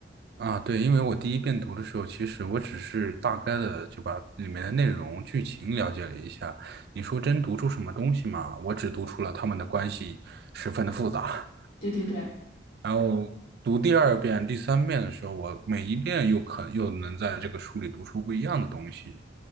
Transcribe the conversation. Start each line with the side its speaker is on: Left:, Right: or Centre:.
Right: 啊，对，因为我第一遍读的时候，其实我只是大概的就把里面的内容、剧情了解了一下。你说真读出什么东西吗？我只读出了他们的关系十分的复杂。
Left: 对对对。
Right: 然后读第二遍、第三遍的时候，我每一遍又可又能在这个书里读出不一样的东西，